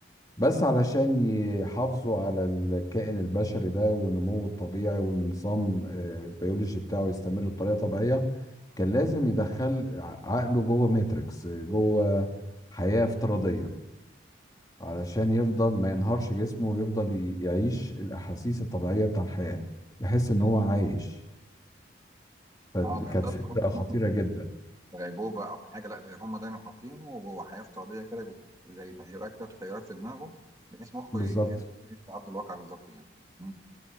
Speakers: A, on the left; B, on the right.
A: بس علشان يحافظوا على الكائن البشري ده ونموه الطبيعي والنظام آه، البيولوجي بتاعه يستمر بطريقة طبيعية كان لازم يدخل ع- عقله جوه ماتريكس آه، جوه حياة افتراضية علشان يفضل ما ينهارش جسمه ويفضل ي- يعيش الأحاسيس الطبيعية بتاع الحياة يحس إن هو عايش فكانت
B: اه ما يفضلش
A: فكرة
B: قصدك
A: خطيرة
B: مثلا
A: جدا
B: في غيبوبه او في حاجه لا ده هم دايما حاطينه وهو حياه افتراضيه كده ب- زي تهيؤات كده وتخيلات في دماغه بحيث مخه
A: بالظبط
B: ي- كانه عايش على ارض الواقع بالظبط يعني مم.